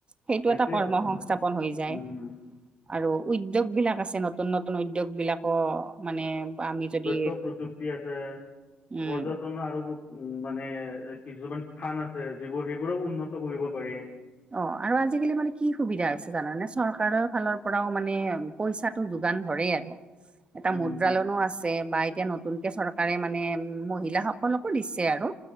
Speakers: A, on the right; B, on the left.
A: সেইটো,
B: সেইটোৱে
A: এটা কৰ্ম
B: কথা
A: সংস্থাপন হৈ যায়।
B: উম।
A: আৰু উদ্যোগ বিলাক আছে। নতুন-নতুন উদ্যোগ বিলাকো মানে। আমি যদি
B: তথ্য প্ৰযুক্তি আছে।
A: উম
B: পৰ্যটন আৰু মানে, কিছুমান স্থান আছে। যিবোৰ, সেইবোৰক উন্নত কৰিব পাৰি।
A: অ'! আৰু আজিকালি মানে, কি সুবিধা হৈছে জানানে? চৰকাৰৰ ফালৰ পৰাওঁ মানে পইচাটো যোগান ধৰেই আৰু। এটা
B: উম,
A: মুদ্ৰা‌ লোণো আছে। বা এতিয়া, নতুন নতুনকে, চৰকাৰে মান, মহিলাসকলকো দিছে আৰু।